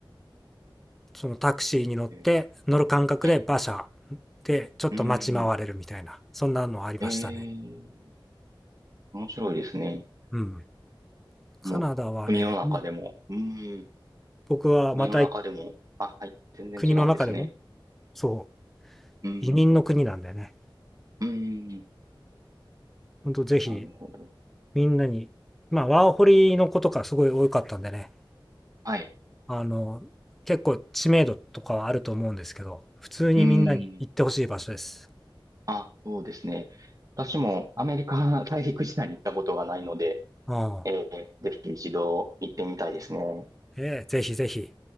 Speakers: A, in the centre; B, on the right.
A: そのタクシーに乗って、
B: ええ
A: 乗る感覚で馬車
B: はい。
A: でちょっと待ち回れるみたいな、
B: うーん。
A: そんなのありましたね。
B: ええ面白いですね。
A: うん。カナダはね、
B: もう、国の中でも。
A: 今
B: うーん。
A: 僕はまた
B: 国の中でも、あ、はい、全然違うんですね。
A: 国の中でも、そ
B: うん、
A: う、移民の国なんでね、
B: うん、
A: ほんとぜひ
B: なるほど。
A: みんなに、まあワーホリの子とかすごい多かったんでね、
B: はい、
A: あの、結構知名度とかはあると思うんですけど、普通にみんなに行ってほしい場所です。
B: うん、あ、そうですね。私もアメリカ大陸自体に行ったことがないので、
A: うん。
B: えーぜひ一度行ってみたいですね。
A: ええぜひぜひ。